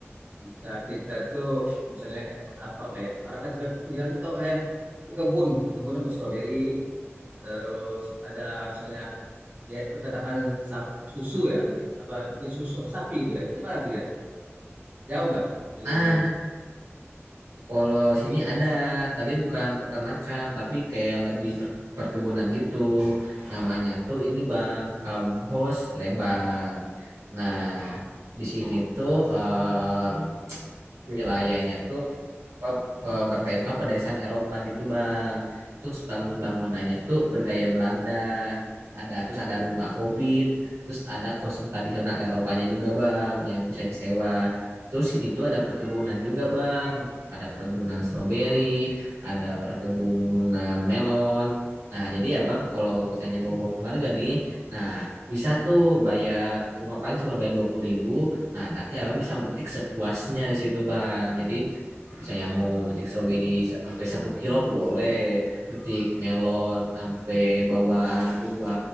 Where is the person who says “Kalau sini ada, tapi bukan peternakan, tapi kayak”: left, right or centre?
Right